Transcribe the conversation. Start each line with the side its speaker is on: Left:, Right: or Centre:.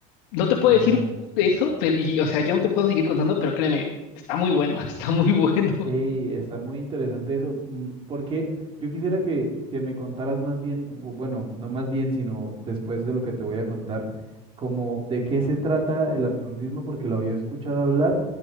Left: No te puedo
Right: No.
Left: decir eso, pero, y, o sea, ya no te puedo seguir contando, pero créeme, está muy bueno, <laughs> está muy bueno.
Right: Ey, está muy interesante eso, mm, porque yo quisiera que, que me contaras más bien, bu- bueno, no más bien, sino después de lo que te voy a contar, como de qué se trata el absurdismo, porque lo había escuchado hablar,